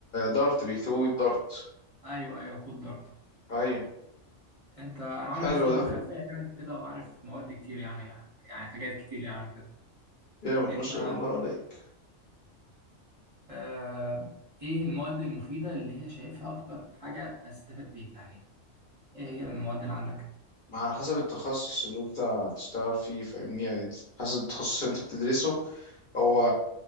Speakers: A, on the left (about 45°); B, on the right (about 30°).
A: دارت بيكتبوا بيه بدارت
B: ايوه ايوه كود دارت
A: ايوه
B: انت انا عندي
A: حلو
B: خير
A: ده
B: خلفيه يعني كده وعارف مواد كتير يعني يعني حاجات كتير يعني وكده
A: جامد
B: انت
A: ما شاء الله عليك
B: آه ايه المواد المفيده اللي هي شايفها اكتر حاجه استفاد بيها يعني ايه هي المواد اللي عندك
A: ما على حسب التخصص اللي انت هتشتغل فيه فاهمني يعني حسب التخصص اللي انت بتدرسه هو